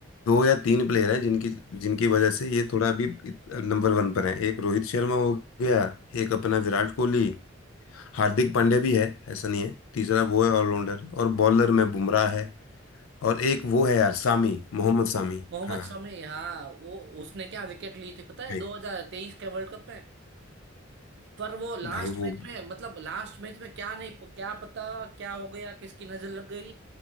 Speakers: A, on the left; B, on the right.
A: दो या तीन प्लेयर हैं जिनकी जिनकी वजह से ये थोड़ा अभी नंबर वन पर है एक रोहित शर्मा हो गया एक अपना विराट कोहली हार्दिक पांड्या भी है ऐसा नहीं है तीसरा वो है ऑलराउंडर और बॉलर में बुमराह है और एक वो है यार सामी मोहम्मद सामी
B: मोहम्मद
A: हाँ
B: शमी हाँ वो उसने क्या विकेट ली थी पता है
A: भाई
B: 2023 के वर्ल्ड कप में पर वो लास्ट
A: भाई वो
B: मैच में मतलब लास्ट मैच में क्या नहीं क्या पता क्या हो गया किसकी नजर लग गई